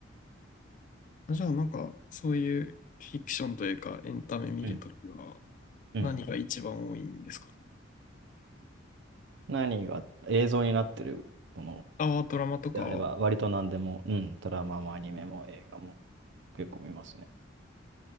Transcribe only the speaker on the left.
じゃあ、なんか、そういうフィクションというか、エンタメ見るときは、
何が一番多いんですかね。
ああ、ドラマとか。